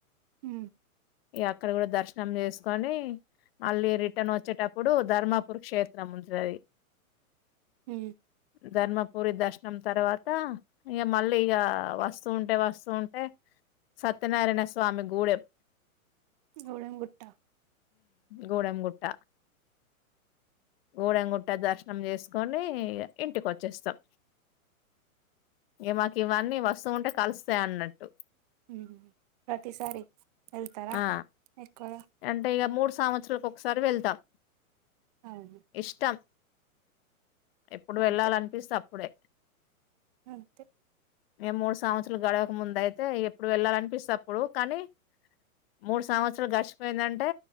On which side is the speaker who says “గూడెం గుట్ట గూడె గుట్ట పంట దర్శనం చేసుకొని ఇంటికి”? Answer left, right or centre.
Left